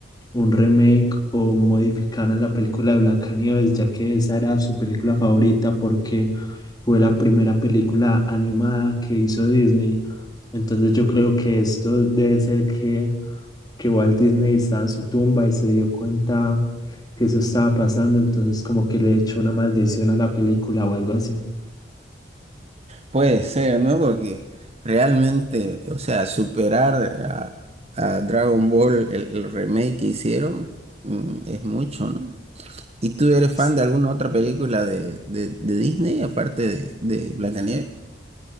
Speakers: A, on the left; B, on the right.
A: un remake o modificaran la película de Blancanieves, ya que esa era su película favorita porque fue la primera película animada que hizo Disney. Entonces yo creo que esto debe ser que, que Walt Disney estaba en su tumba y se dio cuenta que eso estaba pasando, entonces como que le echó una maldición a la película o algo así.
B: Puede ser, ¿no? Porque realmente, o sea, superar a, a Dragon Ball, el, el remake que hicieron, mm, es mucho, ¿no? ¿Y tú eres fan
A: S-
B: de alguna otra película de, de, de Disney, aparte de, de Blancanieves?